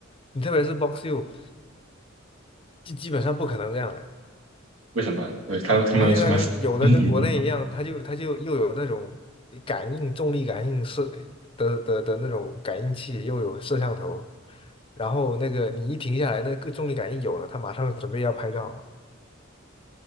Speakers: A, on the left; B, on the right.
A: 你特别是 Box U，基基本上不可能这样了。
B: 为什么？呃，他他们有什么？
A: 它现在跟有的跟国内一样，
B: <laughs>
A: 它就它就又有那种感应重力感应摄的的的那种感应器，又有摄像头，然后那个你一停下来，那个重力感应有了，他马上准备要拍照。